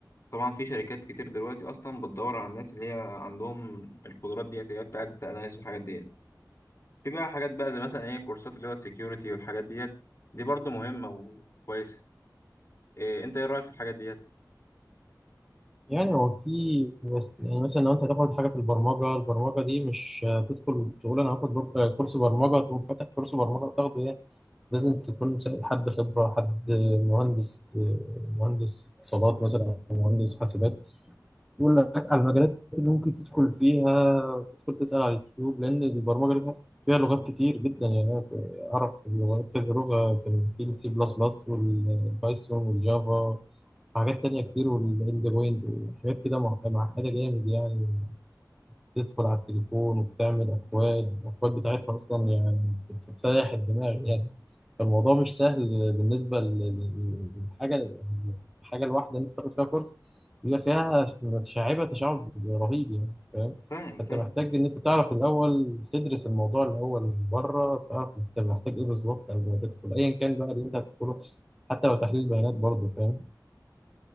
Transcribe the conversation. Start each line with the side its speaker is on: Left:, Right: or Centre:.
Left: طبعا في شركات كتير دلوقتي أصلا بتدور على الناس اللي هي عندهم القدرات ديت اللي هي بتاعة الداتا أناليسيس والحاجات ديت في بقى حاجات بقى زي مثلا إيه كورسات اللي هو السكيورتي والحاجات ديت دي برضه مهمة وكويسة إيه أنت إيه رأيك في الحاجات ديت؟
Centre: يعني هو في بس يعني مثلا لو أنت هتاخد حاجة في البرمجة البرمجة دي مش هتدخل تقول أنا هاخد بر- كورس برمجة تقوم فاتح كورس برمجة وتاخده يعني. لازم تكون سائل حد خبرة حد مهندس مهندس اتصالات مثلا أو مهندس حاسبات يقول لك على المجالات اللي ممكن تدخل فيها تدخل تسأل على اليوتيوب لأن البرمجة لها- فيها لغات كتير جدا يعني أنا أعرف لغات- كذا لغة كان في السي بلس بلس والبايثون والجافا وحاجات تانية كتير والإند بوينت وحاجات كده مع- معقدة جامد يعني تدخل على التليفون وبتعمل أكواد الأكواد بتاعتها أصلا يعني بتسيح الدماغ يعني فالموضوع مش سهل بالنسبة لل- للحاجة الحاجة الواحدة أنت تاخد فيها كورس بيبقى فيها متشعبة تشعب رهيب يعني فاهم
Left: فاهم
Centre: فأنت
Left: فاهم
Centre: محتاج إن أنت تعرف الأول تدرس الموضوع الأول من بره تعرف أنت محتاج إيه بالظبط قبل ما تدخل أيا كان بقى اللي أنت هتدخله حتى لو تحليل بيانات برضه فاهم